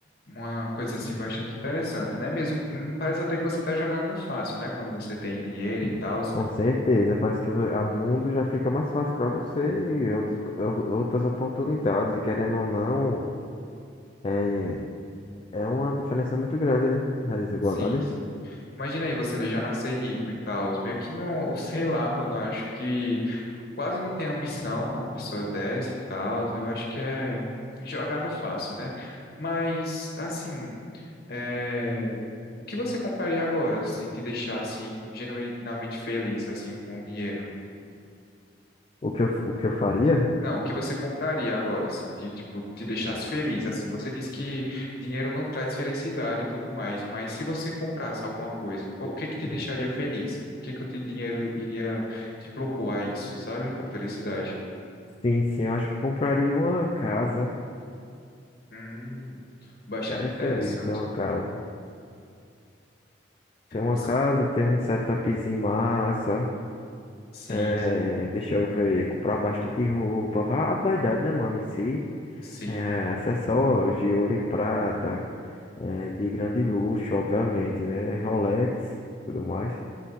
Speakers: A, on the left (about 55°); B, on the left (about 30°).
A: uma coisa assim bastante interessante, né? Mesmo hum, parece até que você tá jogando no fácil, né? Quando você tem dinheiro e tal.
B: Com certeza, parece que o mundo já fica mais fácil para você e outras, ou- outras oportunidades, e querendo ou não, é, é uma diferença muito grande, né? A desigualdade.
A: Sim, sim. Imagina aí você já nascer rico e tal. Meio que não, sei lá, mano. Eu acho que quase não tem ambição uma pessoa dessa e tal. Eu acho que é jogar no fácil, né? Mas, assim, é, o que você compraria agora se te deixasse genuinamente feliz, assim, com o dinheiro?
B: O que eu, o que eu faria?
A: Não, o que você compraria agora se te, tipo, te deixasse feliz, assim? Você disse que dinheiro não traz felicidade e tudo mais, mas se você comprasse alguma coisa, qual- o que que te deixaria feliz? O que que o teu dinheiro iria te propor a isso, sabe? A felicidade.
B: Sim, sim, eu acho que eu compraria uma casa.
A: Hum, bastante
B: Ficaria
A: interessante.
B: feliz em ter uma casa. Ter uma
A: Você-
B: casa, ter um setupzinho massa.
A: Sim,
B: É, deixa eu ver, comprar bastante roupa, vá a vaidade, né, mano, em si.
A: sim,
B: É, acessórios de ouro e prata, é, de grande luxo, obviamente, né? Rolex, tudo mais.